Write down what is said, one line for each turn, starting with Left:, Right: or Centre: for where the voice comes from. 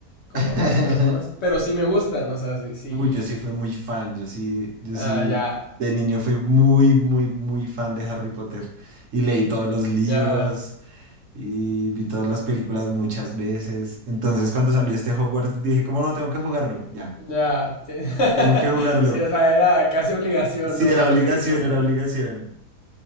Left: como
Right: <laughs>
Left: otras personas, pero sí me gustan, o sea, sí, sí,
Right: Uy, yo sí fui muy fan, yo sí, yo
Left: ah,
Right: sí,
Left: ya,
Right: de niño fui muy, muy, muy fan de Harry Potter y leí todos los libros
Left: ya,
Right: y vi todas las películas muchas veces. Entonces, cuando salió este Hogwarts, dije, ¿cómo no tengo que jugarlo? Ya,
Left: ya, sí, <laughs>
Right: tengo que jugarlo.
Left: Sí, o sea, era casi obligación,
Right: Sí,
Left: ¿no?
Right: era
Left: Para
Right: obligación,
Left: ti, verlas.
Right: era obligación.